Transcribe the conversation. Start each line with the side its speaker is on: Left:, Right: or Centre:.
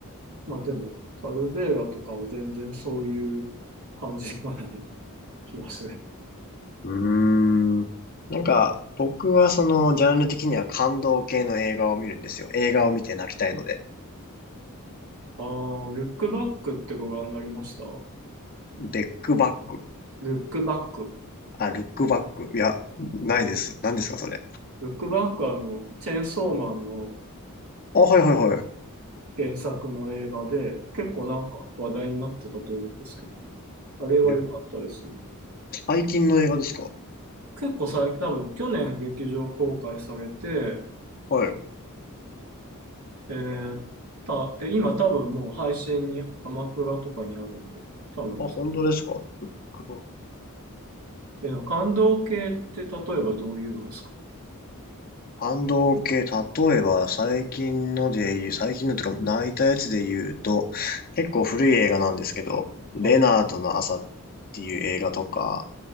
Right: まあでも、タルベーラとかは全然そういう感じではない気がする。
Left: うーん。なんか、僕はその、ジャンル的には感動系の映画を見るんですよ。映画を見て泣きたいので。
Right: ああ、ルックバックってご覧になりました
Left: ベックバック。
Right: ルックバック。
Left: あ、ルックバック。いや、ないです。何ですかそれ。
Right: ルックバックはあの、チェーンソーマンの
Left: あ、はいはいはい。
Right: 原作の映画で、結構なんか話題になってたと思うんですけど、あれは良かったですよ。
Left: ルック最近の映画ですか
Right: 結構最近、多分去年劇場公開されて、
Left: はい。
Right: えー、た、で、今多分もう配信に、アマプラとかにあるんで、多分。
Left: あ、本当ですかルックバッ
Right: えー、でも感動系って例えばどういうのですか
Left: 反動系、例えば最近ので言う、最近のとか泣いたやつで言うと、結構古い映画なんですけど、レナードの朝っていう映画とか、
Right: は